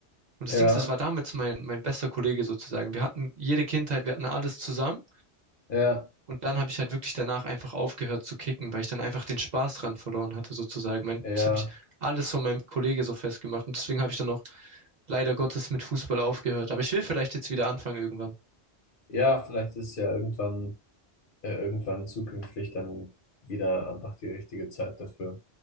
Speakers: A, on the right; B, on the left.
A: Und das
B: ja,
A: Ding ist, das war damals mein, mein bester Kollege sozusagen. Wir hatten jede Kindheit, wir hatten alles zusammen.
B: ja,
A: Und dann habe ich halt wirklich danach einfach aufgehört zu kicken, weil ich dann einfach den Spaß dran verloren hatte, sozusagen. Mein,
B: ja.
A: das habe ich alles von meinem Kollege so festgemacht. Und deswegen habe ich dann auch leider Gottes mit Fußball aufgehört. Aber ich will vielleicht jetzt wieder anfangen irgendwann.
B: Ja, vielleicht ist ja irgendwann, äh, irgendwann zukünftig dann wieder einfach die richtige Zeit dafür.